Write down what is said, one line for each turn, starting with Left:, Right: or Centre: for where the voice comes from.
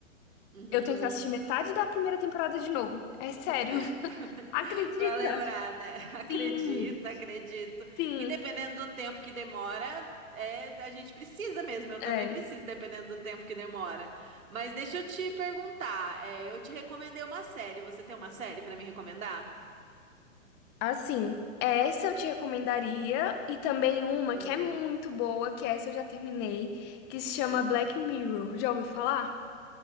Right: Uhum.
Left: eu tenho que assistir metade da primeira temporada de novo. É sério.
Right: <laughs>
Left: <laughs> Acredita?
Right: Para lembrar, né? <laughs> Acredito,
Left: Sim,
Right: acredito.
Left: sim.
Right: E dependendo do tempo que demora, é, a gente precisa mesmo. Eu também
Left: É.
Right: preciso, dependendo do tempo que demora. Mas deixa eu te perguntar. é, eu te recomendei uma série. Você tem uma série para me recomendar?
Left: Assim, essa eu te recomendaria e também uma
Right: Hum,
Left: que é muito boa, que essa eu já terminei, que se chama
Right: hum.
Left: Black Mirror. Já ouviu falar?